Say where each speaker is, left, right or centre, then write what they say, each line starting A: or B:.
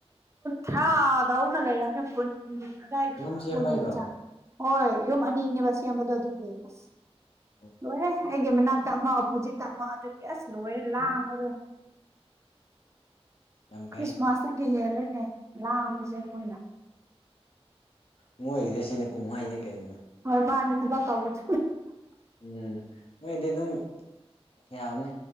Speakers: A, on the right; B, on the left.
A: ꯊ ꯌꯥꯎꯅ ꯂꯩꯅ ꯐꯣꯟꯗꯥ
B: ꯌꯨꯝ ꯁꯦꯝꯕꯩꯔꯣ
A: ꯐꯣꯟꯆꯥ ꯍꯣꯏ ꯌꯨꯝ ꯑꯅꯤꯅꯦꯕ ꯁꯦꯝꯕꯗꯣ ꯑꯗꯨꯅꯦ ꯑꯁ
B: ꯑꯣ
A: ꯂꯣꯏꯔꯦ ꯑꯩꯒꯤ ꯃꯅꯥꯛꯇ ꯑꯝꯃꯄꯨꯖꯤ ꯇꯝꯃ ꯑꯗꯨꯒꯤ ꯑꯁ ꯂꯣꯏ ꯂꯥꯡꯕꯗꯣ
B: ꯌꯥꯝ ꯐꯩ
A: ꯈ꯭ꯔꯤꯁꯃꯥꯁꯗꯒꯤ ꯍꯦꯜꯂꯦꯅꯦ ꯂꯥꯡꯕꯁꯦ ꯃꯣꯏꯅ
B: ꯃꯣꯏꯒꯤꯗꯤ ꯁꯤꯅ ꯀꯨꯝꯍꯩꯅꯤ ꯀꯩꯅꯣ
A: ꯍꯣꯏ ꯃꯥꯅꯦ ꯊꯕꯛ ꯇꯧꯕꯁꯨ
B: ꯎꯝ ꯃꯣꯏꯗꯤ ꯑꯗꯨꯝ ꯌꯥꯕꯅꯤ